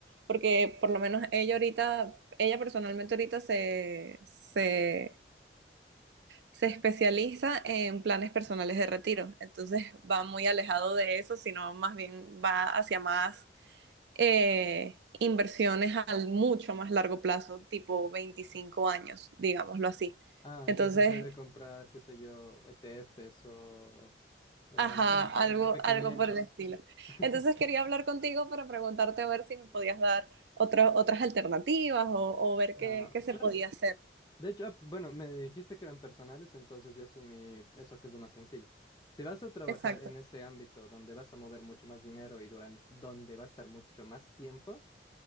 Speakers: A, on the right; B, on the left.
A: porque por lo menos ella ahorita, ella personalmente ahorita se, se, se especializa en planes personales de retiro. Entonces va muy alejado de eso, sino más bien va hacia más eh, inversiones al mucho más largo plazo, tipo 25 años, digámoslo así.
B: Ah,
A: Entonces,
B: entonces debe comprar, qué sé yo, ETFs o, eh,
A: Ajá,
B: bueno,
A: algo,
B: S&P quinientos
A: algo por el estilo.
B: <laughs>
A: Entonces quería hablar contigo para preguntarte a ver si me podías dar otras otras alternativas o, o ver
B: Ah,
A: qué, qué se
B: claro.
A: podía hacer.
B: De hecho, ah, bueno, me dijiste que eran personales, entonces yo asumí eso que es lo más sencillo. Si vas a trabajar
A: Exacto.
B: en ese ámbito donde vas a mover mucho más dinero y durante, donde va a estar mucho más tiempo,